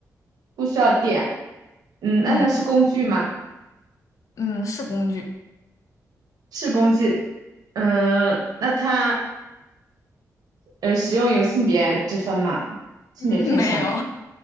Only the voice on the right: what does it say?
不需要电。嗯，那它是工具吗？
是工具。嗯，那它呃，使用有性别之分吗？性别偏向吗？